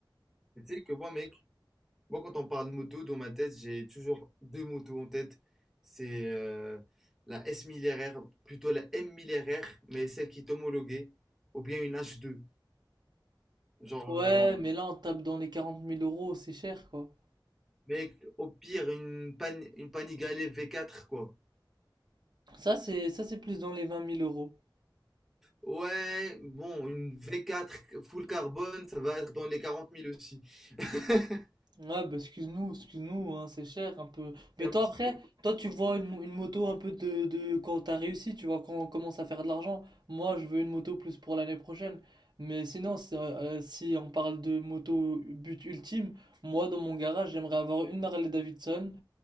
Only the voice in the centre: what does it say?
mais tu sais que moi, mec, moi, quand on parle de moto, dans ma tête, j'ai toujours deux motos en tête. C'est euh, la S1000RR, plutôt la M1000RR, mais celle qui est homologuée, ou bien une H2. Genre,
euh,
mec, au pire, une, Pan une Panigale V4, quoi.
Ouais, bon, une V4 full carbone, ça va être dans les quarante mille aussi. <laughs> C'est
un
petit-